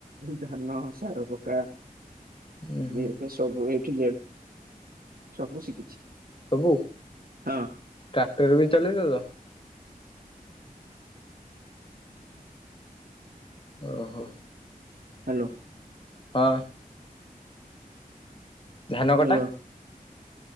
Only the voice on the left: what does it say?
ଉୁଁ ହୁଁ
ସବୁ,
ଟ୍ରାକ୍ଟର ବି ଚଲେଇଦଉଛ। ଓ ହୋ।
ହଁ। ଧାନ
କଟା।